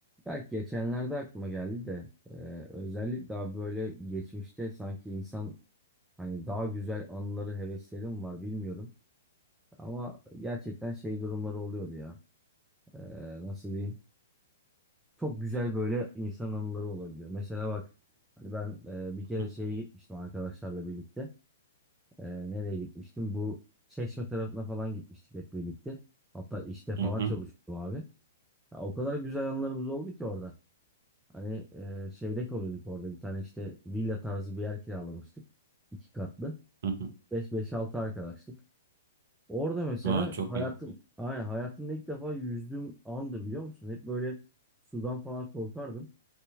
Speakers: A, in the centre; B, on the right (about 50°).
A: Belki geçenlerde aklıma geldi de e, özellikle daha böyle geçmişte sanki insan hani daha güzel anıları hevesleri mi var bilmiyorum. Ama gerçekten şey durumları oluyordu ya. E, nasıl diyeyim? Çok güzel böyle insan anıları olabiliyor. Mesela bak hani ben e, bir kere
B: Hı
A: şeye gitmiştim arkadaşlarla birlikte. E, nereye gitmiştim? Bu Çeşme tarafına falan gitmiştik hep birlikte. Hatta işte
B: hı
A: falan
B: hı.
A: çalışıyordum abi. Ya o kadar güzel anılarımız oldu ki orada. Hani e, şeyde kalıyorduk orada bir tane işte villa tarzı bir yer kiralamıştık. İki katlı.
B: hı hı.
A: beş beş altı arkadaştık. Orada mesela
B: Aa, çok
A: hayatım
B: iyi.
A: aynen hayatımda ilk defa yüzdüğüm andı biliyor musun? Hep böyle sudan falan korkardım.